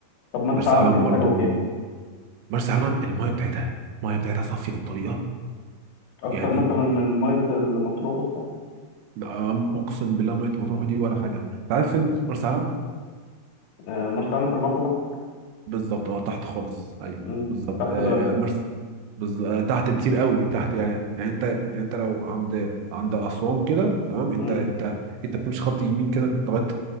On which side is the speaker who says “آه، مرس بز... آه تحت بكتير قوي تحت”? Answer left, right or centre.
Right